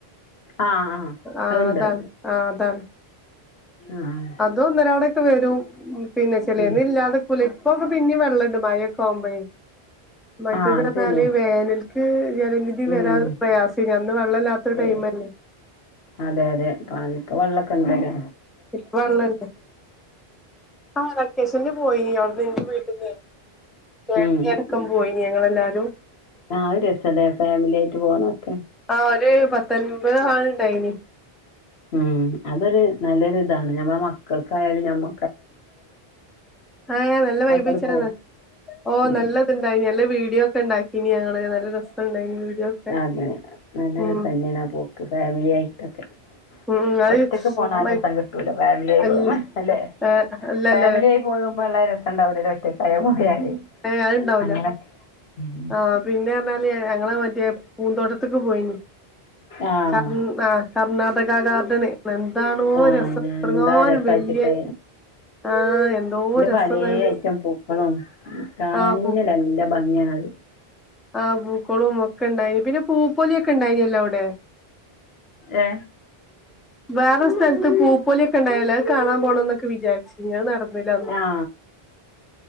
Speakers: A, on the left (about 75°); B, in the centre.
A: ആഹ് ആഹ്
B: ആഹ്
A: അതുണ്ട്
B: അതാണ് ആഹ് അതാണ്
A: ആഹ്
B: അതൂന്നിരാടൊക്കെ വരും പിന്നെ ചെലേന്
A: ഉം
B: ഇല്ലാതെ പുലെപ്പക്കെ പിന്നെ വെള്ളണ്ട് മഴ യൊക്കെയാവുമ്പഴേ മറ്റേത്റഞ്ഞാല്
A: ആഹ് അത് ശരിയാ
B: വേനൽക്ക് ജലനിധി
A: ഉം
B: വരാൻ പ്രയാസിന്ന് അന്ന് വെള്ളല്ലാത്തൊരു
A: പ്രയാ
B: ടൈമല്ലേ
A: അതെ അതെ <unintelligible> ഇപ്പ വെള്ളക്കെ ഉണ്ടല്ലേ
B: <unintelligible> വെള്ള ടുക്ക് ആ വെക്കേഷനില് പോയി അവിടുന്ന് എന്റെ വീട്ടിന്ന് <unintelligible>
A: ഉം
B: ക്കം പോയി ഞങ്ങളെല്ലാരും
A: ആഹ് ഒരു രസല്ലേ ഫാമിലി ആയിട്ട് പോണ ഒക്കെ
B: ആഹ് ഒരു പത്തൊൻപത് ആള് ഉണ്ടായിന്
A: ഉം അതൊരു നല്ലൊരു ഇതാണ് ഞമ്മ മക്കൾക്കായാലും ഞമ്മ
B: ആഹ് എങ്ങനെ നല്ല വൈബ്
A: ആക്കണ്
B: കൊച്ചാണോ
A: പോ
B: ഓ
A: ഉം
B: നല്ല ണ്ടായി നല്ല വീഡിയോ ക്കെണ്ടാക്കിനി ഞങ്ങള് നല്ല രസംണ്ടായി വീഡിയോ ഒക്കെ
A: അതെ നല്ല
B: ഉം
A: രസന്നെയാണാ പോക്ക് ഫാമിലി ആയിട്ടൊക്കെ
B: ഉം അത്
A: ഒറ്റക്ക് പോണാരസം
B: മ
A: കിട്ടൂല ഫാമിലി ആയി
B: അൽ
A: പോവുമ്പൊ അല്ലെ
B: ഏഹ് അല്ലല്ല
A: ഫാമിലി ആയി പോക്മ്പാെ നല്ല ര രണ്ടാവലേ ഒറ്റക്കായ പോയാല്
B: ഏ അത്ണ്ടാവൂല
A: അങ്ങനെ ഉം
B: ആഹ് പിന്നെ എന്നാല് ഞങ്ങളാ മറ്റേ പൂന്തോട്ടത്തക്ക് പോയിന്
A: ആഹ്
B: കർ ആഹ് കർണാടക ഗാർഡന് എന്താണോ
A: ആഹ്
B: രസം ഇത്രങ്ങാനും
A: എന്താ രസാച്ചിട്ട്
B: വല്യ ആഹ് എന്തോ
A: പിന്നെ
B: രസംന്നറിയോ
A: പലേ ഐറ്റം പൂക്കളും കാണാനല്ല
B: ആഹ് പൂ
A: നല്ല ഭംഗിയാണത്
B: ആഹ് പൂക്കളവും ഒക്കെ ഉണ്ടായി പിന്നെ പൂപ്പൊലി ഒക്കെ ഉണ്ടായിനല്ലോ അവിടെ
A: ഏ
B: വേറെ സ്ഥലത്ത് പൂ പൊലിക്കെ ഉണ്ടായലെ അത് കാണാൻ പോകണം എന്നൊക്കെ വിചാരി നിയാ നടന്നില്ല അന്ന്
A: ആഹ്